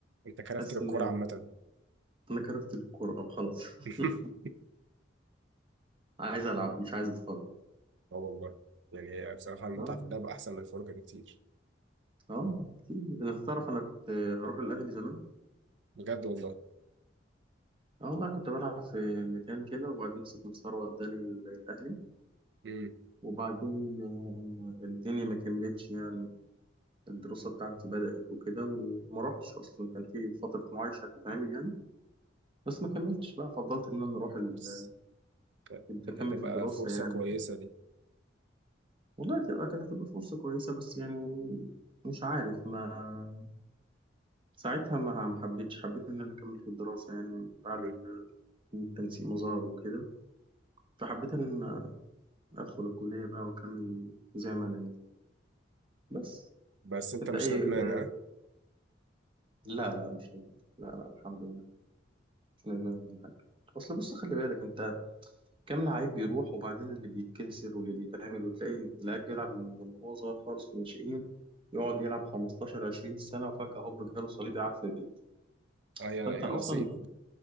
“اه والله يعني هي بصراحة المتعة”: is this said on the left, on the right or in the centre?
Right